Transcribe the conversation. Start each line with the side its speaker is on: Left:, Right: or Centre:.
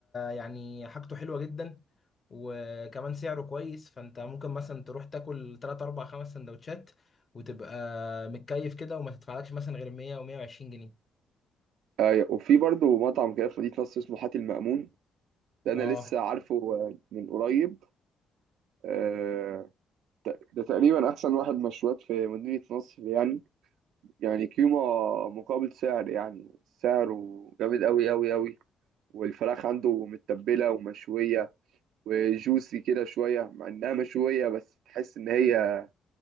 Left: يعني حاجته حلوة جدا وكمان سعره كويس فانت ممكن مثلا تروح تاكل 3 4 5 سندوتشات وتبقى متكيف كده وما تدفعلكش مثلا غير 100 و120 جنيه
Right: ايوه وفي برضه مطعم كده في مدينة نصر اسمه حاتي المأمون ده انا
Left: اه
Right: لسه عارفه آه، من قريب آه، ت- ده تقريبا احسن واحد مشويات في مدينة نصر يعني يعني قيمة مقابل سعر يعني سعره جامد قوي قوي قوي والفراخ عنده متبلة ومشوية وجوسي كده شوية مع انها مشوية بس تحس ان هي